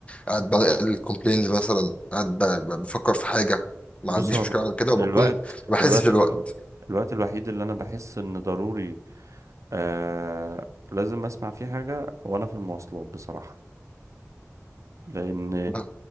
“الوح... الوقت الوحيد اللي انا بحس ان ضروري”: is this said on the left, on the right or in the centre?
Right